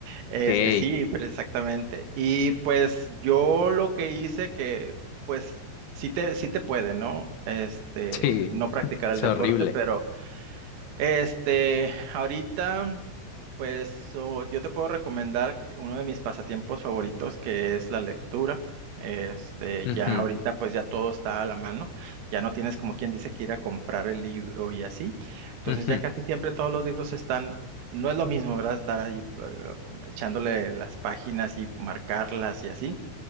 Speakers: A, on the right (about 80°); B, on the left (about 75°).
A: Este,
B: Ok.
A: sí,
B: <laughs>
A: pero exactamente. Y pues yo lo que hice que, pues, sí te, sí te puede, ¿no? Este,
B: Sí,
A: no practicar el
B: es
A: deporte,
B: horrible.
A: pero este, ahorita. Pues o- yo te puedo recomendar que uno de mis pasatiempos favoritos que es la lectura. Este,
B: Ujú,
A: ya ahorita pues ya todo está a la mano, ya no tienes como quien dice que ir a comprar el libro y así. Entonces
B: ujú,
A: ya casi siempre todos los libros están, no es lo mismo, ¿verdad? Estar ahí eh, echándole las páginas y marcarlas y así